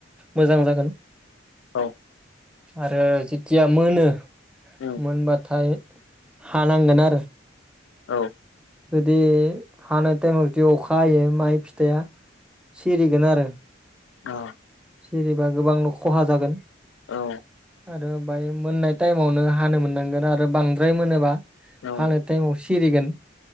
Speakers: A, in the centre; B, on the left.
A: मोजां जागोन <unintelligible>
B: औ
A: आरो जेथिया मोनो
B: उम
A: मेनबा थाय हानांगोन आरो
B: औ
A: जुदि हानाय टाइमाव जुदि अखा हायो माइ फिथाइया सिरिगोन आरो।
B: औ
A: सेरबा गोबांनो खहा जागोन।
B: औ
A: आरो ओमफ्राय मोननाय टाइमावनो हानो मोननांगोन आरो बांद्राय मोनोबा
B: उम उम
A: हानो थाइम आव सिरिगोन।